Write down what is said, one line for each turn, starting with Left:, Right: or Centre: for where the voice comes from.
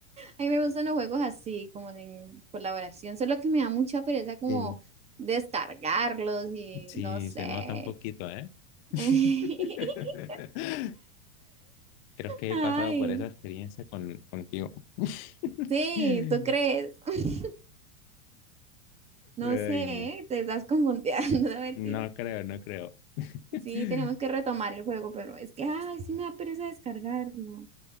Right: A mí me gustan los juegos así, como de colaboración, solo que me da mucha pereza como
Left: Sí.
Right: descargarlos y
Left: sí,
Right: no sé.
Left: se nota un poquito, ¿eh?
Right: <laughs>
Left: <laughs> Creo que
Right: Ay,
Left: he pasado por esa experiencia con, contigo. <laughs>
Right: sí, ¿tú crees? <laughs> No
Left: Ay,
Right: sé,
Left: no.
Right: te estás confundiendo, <laughs> mentira.
Left: No creo, no creo. <laughs>
Right: Sí, tenemos que retomar el juego, pero es que, ay, sí me da pereza descargarlo.